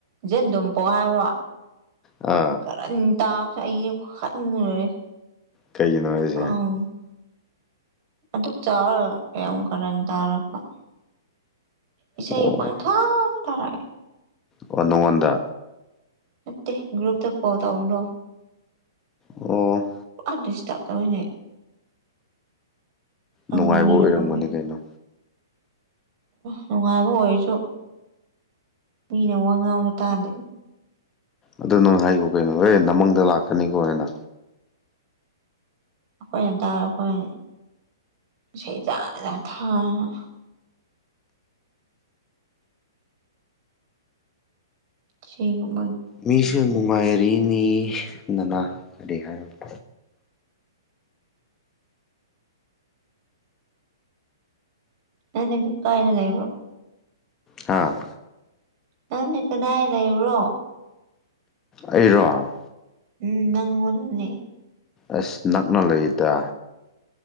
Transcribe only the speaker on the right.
ꯖꯤꯟ ꯗꯨꯝ ꯄꯣ ꯍꯥꯏꯕ꯭ꯔꯣ
ꯀꯔꯟ ꯇꯥꯕꯁꯤꯅ ꯑꯩꯗꯤ ꯍꯥꯠꯅꯤꯡꯕꯅ ꯂꯣꯏꯔꯦ
ꯑꯪ ꯑꯗꯨꯛ ꯆꯥꯎꯔꯒ ꯀꯌꯥꯝ ꯀꯥꯔꯟ ꯇꯥꯔꯛꯄ ꯏꯁꯩ
ꯄꯡꯊꯣꯛ ꯇꯧꯔꯛꯏ
ꯅꯠꯇꯦ ꯒ꯭ꯔꯨꯞꯇ ꯀꯣꯜ ꯇꯧꯕꯅꯣ
ꯑꯗꯤꯁꯇ ꯇꯅꯦ ꯑꯃ
ꯃꯤꯅ
ꯀꯅꯦ
ꯅꯨꯡꯉꯥꯏꯕ ꯑꯣꯏꯔꯁꯨ ꯃꯤꯅ ꯋꯥ ꯉꯥꯡꯅ ꯇꯥꯗꯦ
ꯑꯩꯈꯣꯏ ꯑꯗꯨꯝꯇꯥꯔꯦ ꯑꯩꯈꯣꯏ ꯏꯁꯩ ꯆꯖꯥ ꯊꯥꯔꯒ ꯁꯤꯨꯝ
ꯍ ꯀꯥꯏꯅ ꯂꯩꯕ
ꯅꯪꯅꯤ ꯀꯗꯥꯏ ꯂꯩꯕ꯭ꯔꯣ
ꯎꯝ ꯅꯪ ꯃꯅꯦ